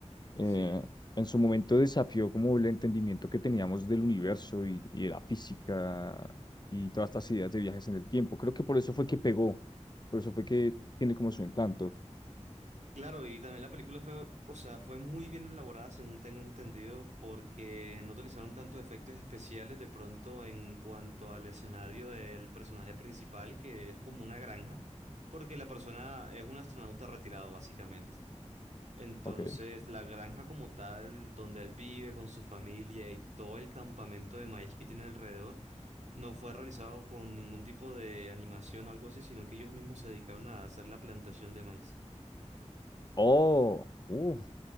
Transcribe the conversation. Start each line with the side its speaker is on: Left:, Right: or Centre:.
Left: Eh,
Right: Sí.
Left: en su momento desafió como el entendimiento que teníamos del universo y, y de la física y todas estas ideas de viajes en el tiempo. Creo que por eso fue que pegó, por eso fue que tiene como su encanto.
Right: Claro, y también la película fue, o sea, fue muy bien elaborada, según tengo entendido, porque no utilizaron tanto efectos especiales de pronto en cuanto al escenario del personaje principal, que es como una granja, porque la persona es un astronauta retirado, básicamente. Entonces,
Left: Ok.
Right: la granja como tal, donde él vive con su familia y todo el campamento de maíz que tiene alrededor, no fue realizado con ningún tipo de animación o algo así, sino que ellos mismos se dedicaron a hacer la plantación de maíz.
Left: Oh, uff,